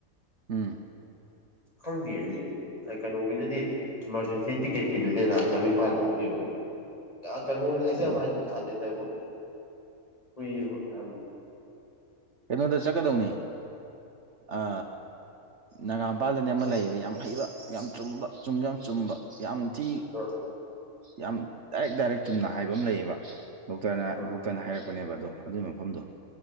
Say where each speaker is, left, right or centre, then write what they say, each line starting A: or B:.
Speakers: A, on the right; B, on the left.
A: ꯎꯝ
B: ꯈꯪꯗꯦ ꯑꯗꯨꯗꯤ ꯑꯩ ꯀꯩꯅꯣꯒꯤꯗꯗꯤ ꯏꯃꯥꯔꯖꯦꯟꯁꯤ ꯇꯤꯛꯀꯦꯠꯀꯤꯗꯨꯗꯤ ꯆꯥꯝꯔꯤꯄꯥꯥꯟ ꯂꯧꯈꯤꯕꯦꯕ‌ ꯀꯩꯅꯣꯗ ꯍꯥꯏꯖꯕ
A: ꯎꯝ
B: ꯍꯥꯏꯅ ꯌꯥꯗꯦ ꯇꯕꯨ ꯀꯨꯏꯌꯦꯕ ꯌꯥꯝ
A: ꯀꯩꯅꯣꯗ ꯆꯠꯀꯗꯧꯅꯤ ꯑ ꯅꯥꯒꯥ ꯃꯄꯥꯜꯗꯅꯤ ꯑꯃ ꯂꯩꯌꯦꯕ ꯌꯥꯝ ꯍꯩꯕ ꯌꯥꯝ ꯆꯨꯝꯕ ꯆꯨꯝꯁꯨ ꯌꯥꯝ ꯆꯨꯝꯕ꯫ ꯌꯥꯝ ꯊꯤ
B: ꯑꯥ
A: ꯌꯥꯝ ꯗꯥꯏꯔꯦꯛ ꯗꯥꯏꯔꯦꯛ ꯆꯨꯝꯅ ꯍꯥꯏꯕ ꯑꯃ ꯂꯩꯌꯦꯕ꯫ ꯗꯣꯛꯇꯔꯅ
B: ꯑꯥ
A: ꯗꯣꯛꯇꯔꯅ ꯍꯥꯏꯔꯛꯄꯅꯦꯕ ꯑꯗꯣ ꯑꯗꯨꯒꯤ ꯃꯐꯝꯗꯣ